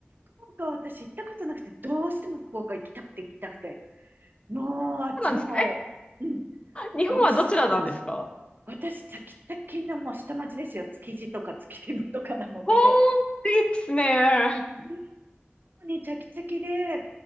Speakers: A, on the right (about 50°); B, on the left (about 25°).
A: 福岡は私行ったことなくて、どうしても福岡行きたくて行きたくて。もうあっちの方、
B: そうなんですか。え、
A: うん、
B: 日本はどちらなんですか
A: 美味しそうだし。私、チャキチャキのもう下町ですよ。築地とか築島とかなので。
B: ほーん、いいですね。
A: もうね、チャキチャキで、